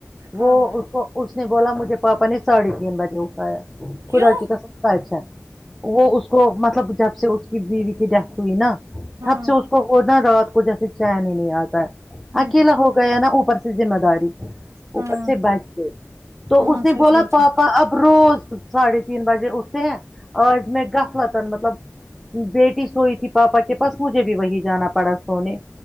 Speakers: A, on the right; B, in the centre.
A: کب
B: وہ اس کو اس نے بولا مجھے پاپا نےاڑھے تین بجے اٹھایا
A: کیوں
B: خداٹی کس کر چ ہے وہ اس کو مطلب جب سے اس کی بیوی کتا ہوئی نا
A: ہاں
B: تھب سے اس کو انا ر کچھ ایسے چین ہی نہیں آتا ہے
A: ہائے
B: اکیلا
A: ہائے
B: ہو گیا نا اوپر سے ذمہ داری
A: ہاں
B: اوپر سے بیٹھ گئے تو
A: ہاں
B: اس نے
A: سچ
B: بولا
A: بات
B: پاپا
A: ہے
B: اب روز ساڑھے تین بجے اٹھتے ہیں آج میں گفوطن مطلب ہوں بیٹی سوئی تھی پاپا کے پاس مجھے بھی وہی جانا پڑا سونے